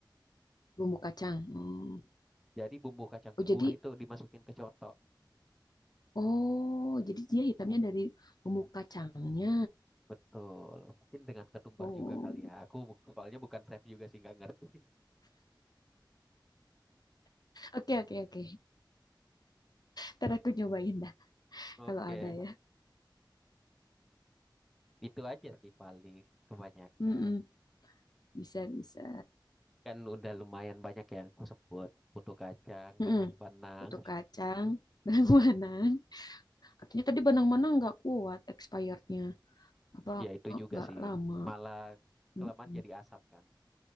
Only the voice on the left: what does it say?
Bumbu kacang. Hmm.
Oh jadi,
oh jadi dia hitamnya dari bumbu kacangnya.
Oh,
oke oke oke. Ntar aku nyobain dah
kalau ada ya.
Mm-mm. Bisa bisa.
Mm-mm.
Butuh kacang, <laughs> benang-benang. Katanya tadi benang-benang nggak kuat expirednya. Apa
nggak
lama?
Mm-mm.